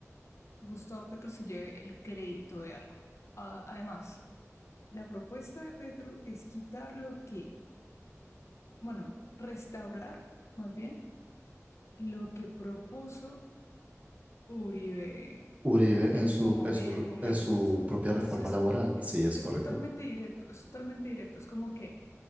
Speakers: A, on the left; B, on the right.
A: Gustavo Petro se lleve el crédito de algo. Ah, además, la propuesta de Petro es quitar lo que bueno, restaurar más bien lo que propuso Uribe
B: Uribe
A: en
B: en su,
A: su momen-
B: en su,
A: momento.
B: en su propia
A: Entonces,
B: reforma laboral,
A: es,
B: sí,
A: es,
B: es
A: es
B: correcto.
A: totalmente directo, es totalmente directo. Es como que